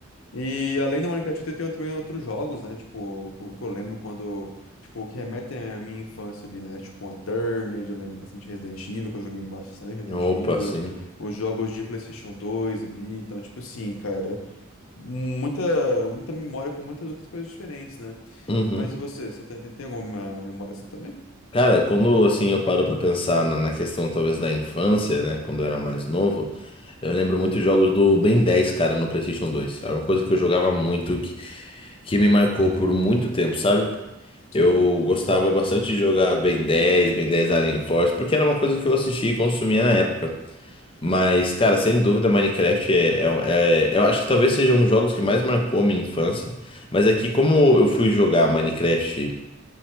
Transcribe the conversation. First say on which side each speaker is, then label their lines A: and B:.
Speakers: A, on the left; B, on the left.
A: E além do Minecraft, eu tenho também outros jogos, né? Tipo, o que eu lembro quando. Tipo, que remetem à minha infância ali, né? Tipo, Unturned, eu lembro bastante Resident Evil, que eu joguei bastante Resident
B: Opa,
A: Evil.
B: sim.
A: Os jogos de PlayStation dois ali. Então, tipo assim, cara. Muita, muita memória com muitas outras coisas diferentes, né?
B: Uhum.
A: Mas e você? Você tem, tem alguma memória assim também?
B: Cara, quando assim eu paro pra pensar na, na questão talvez da infância, né, quando eu era mais novo, eu lembro muito jogos do Ben 10 cara, no PlayStation dois Era uma coisa
A: Uhum.
B: que eu jogava muito, que, que me marcou por muito tempo, sabe?
A: Sei.
B: Eu gostava bastante de jogar Ben 10, Ben 10 Alien Force, porque era uma coisa que eu assistia e consumia na época. Mas, cara, sem dúvida, Minecraft é, é- é- Eu acho que talvez seja um dos jogos que mais marcou a minha infância. Mas é que, como eu fui jogar Minecraft